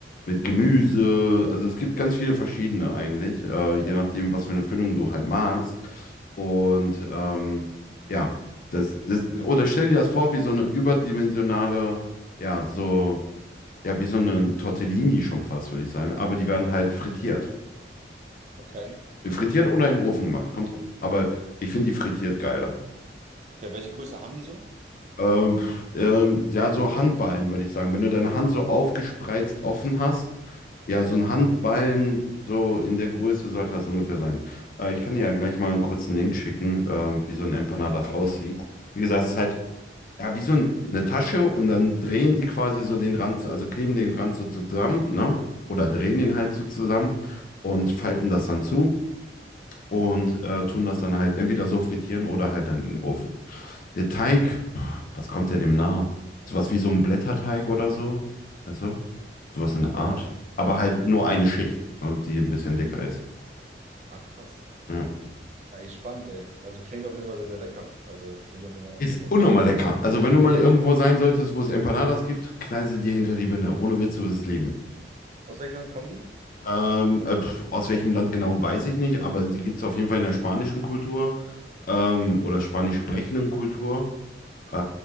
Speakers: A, on the left; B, on the right.
A: mit Gemüse. Also es gibt ganz viele verschiedene eigentlich, äh, je nachdem, was für eine Füllung du halt magst. Und ähm, ja, das, das, oder stell dir das vor, wie so eine überdimensionale, ja, so ja, wie so eine Tortellini schon fast, würde ich sagen. Aber die werden halt frittiert.
B: Okay.
A: Frittiert oder im Ofen gemacht, kommt drauf an. Aber ich finde die frittiert geiler.
B: Okay, welche Größe haben die so?
A: Ähm, pff, ähm, ja, so Handballen, würde ich sagen. Wenn du deine Hand so aufgespreizt offen hast, ja,
B: Mhm.
A: so ein Handballen, so in der Größe sollte das ungefähr sein. Äh, ich kann dir ja gleich mal einen kurzen Link schicken, ähm, wie so ein Empanadas aussieht. Wie gesagt, es ist halt Ja, wie so ein, eine Tasche und dann drehen die quasi so den Rand, also kleben den Rand so zusammen, ne? Oder drehen den halt so zusammen und falten das dann zu und äh, tun das dann halt entweder so frittieren oder halt dann in den Ofen. Der Teig, pff, was kommt der dem nahe? Sowas wie so ein Blätterteig oder so, weißt du? Sowas in der
B: Ja,
A: Art. Aber halt nur eine Schicht, ne, die ein bisschen dicker ist.
B: ah, krass.
A: Ja.
B: Ah, Echt spannend, ey. Also klingt auf jeden Fall sehr, sehr lecker. Also klingt auf jeden Fall nach
A: Ist
B: dem, was
A: unnormal
B: ich auch.
A: lecker. Also wenn du mal irgendwo sein solltest, wo es Empanadas gibt, knall sie dir hinter die Binde. Ohne Witz, du wirst es lieben.
B: Aus welchem Land kommen die?
A: Ähm, äh, pf, aus welchem Land genau weiß ich nicht, aber die gibt es auf jeden Fall in der spanischen Kultur ähm, oder spanisch sprechenden Kultur. Äh,